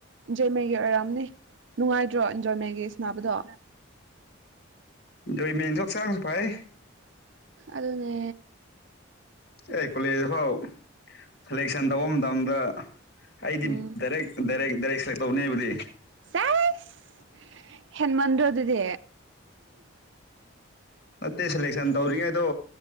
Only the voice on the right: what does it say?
ꯏꯟꯖꯣꯏꯃꯦꯟꯒꯤ ꯑꯣꯏꯔꯝꯅꯦ ꯅꯨꯡꯉꯥꯏꯇ꯭ꯔꯣ ꯏꯟꯖꯣꯏꯃꯦꯟꯒꯤ ꯁꯥꯅꯥꯕꯗꯣ
ꯑꯗꯨꯅꯦ
ꯎꯝ
ꯆꯦꯁ ꯍꯦꯟꯃꯟꯗ꯭ꯔꯣ ꯑꯗꯨꯗꯤ